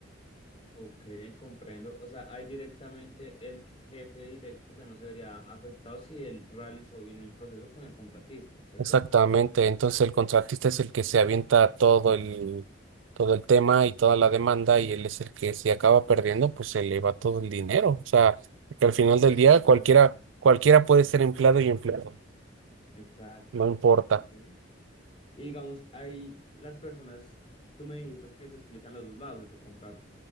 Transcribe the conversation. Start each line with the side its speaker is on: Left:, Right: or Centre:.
Left: ok, comprendo. O sea, ahí directamente el jefe directo ya no se vería afectado si él realizó bien el proceso con el contratista, ¿cierto?
Right: Exactamente. Entonces el contratista es el que se avienta todo el, todo el tema y toda la demanda y él es el que si acaba perdiendo, pues se le va todo el dinero. O sea, que al final del
Left: Al
Right: día
Left: contra.
Right: cualquiera, cualquiera puede ser empleado y empleado.
Left: Exacto,
Right: No importa,
Left: ok. Y digamos, ahí las personas, tú me dijiste que se explican los dos lados, el que contrata,